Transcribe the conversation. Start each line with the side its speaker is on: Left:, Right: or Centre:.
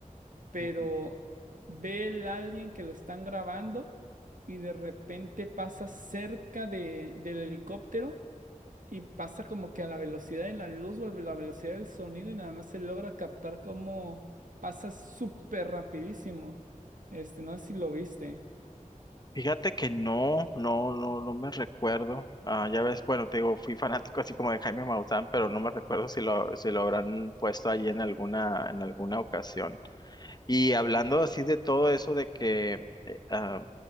Right: pero
Left: ujú.
Right: ve el alien que lo están grabando y de repente pasa cerca de, del helicóptero y pasa como que a la velocidad de la luz o a la velocidad del sonido y nada más se logra captar como pasa súper rapidísimo. Este, no sé si lo viste.
Left: Fíjate que no, no, no, no me recuerdo. Ah, ya ves, bueno, te digo, fui fanático así como de Jaime Maussan, pero no me recuerdo si lo, si lo habrán puesto allí en alguna, en alguna ocasión. Y hablando así de todo eso de que, eh, ah,